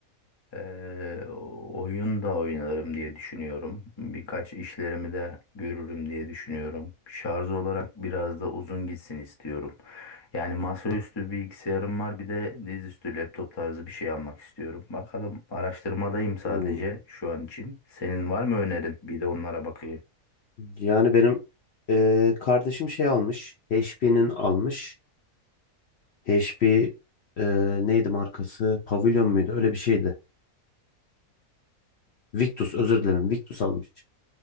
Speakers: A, on the left; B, on the left.
A: Eee, oyun da oynarım diye düşünüyorum. Birkaç işlerimi de görürüm diye düşünüyorum. Şarj olarak biraz da uzun gitsin istiyorum. Yani masaüstü bilgisayarım var, bir de dizüstü laptop tarzı bir şey almak istiyorum. Bakalım araştırmadayım sadece
B: Hmm.
A: şu an için. Senin var mı önerin? Bir de onlara bakayım.
B: Yani benim ee, kardeşim şey almış. HP'nin almış. HP e, neydi markası? Pavilion muydu? Öyle bir şeydi. Victus özür dilerim. Victus almış.